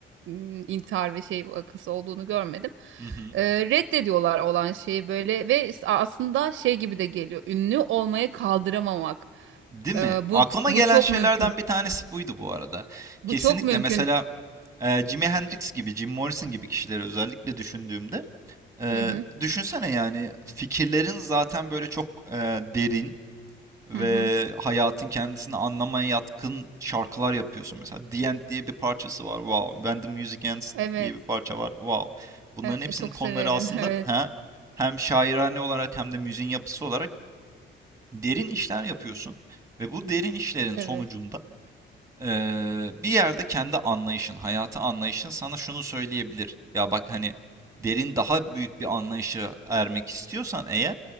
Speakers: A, on the right; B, on the right.
A: mm, intihar ve şey vakası olduğunu görmedim
B: hı hı.
A: e, reddediyorlar olan şeyi böyle ve s- aslında şey gibi de geliyor. Ünlü olmayı kaldıramamak.
B: Değil mi?
A: E, bu
B: Aklıma
A: bu
B: gelen
A: çok
B: şeylerden
A: mümkün.
B: bir tanesi buydu bu arada.
A: Bu
B: Kesinlikle
A: çok mümkün.
B: mesela E, Jimi Hendrix gibi, Jim Morrison gibi kişileri özellikle düşündüğümde e,
A: Hı hı.
B: düşünsene yani fikirlerin zaten böyle çok e, derin ve
A: Hı hı.
B: hayatın kendisini anlamaya yatkın şarkılar yapıyorsun. Mesela The End diye bir parçası var. Wow. When the Music Ends
A: Evet.
B: diye bir parça var. Wow. Bunların
A: Evet
B: hepsinin
A: çok
B: konuları
A: severim.
B: aslında
A: <laughs> Evet.
B: ha, hem şairane olarak hem de müziğin yapısı olarak derin işler yapıyorsun. Ve bu derin işlerin sonucunda
A: Evet.
B: Eee, bir yerde kendi anlayışın, hayata anlayışın sana şunu söyleyebilir. Ya bak hani derin daha büyük bir anlayışa ermek istiyorsan eğer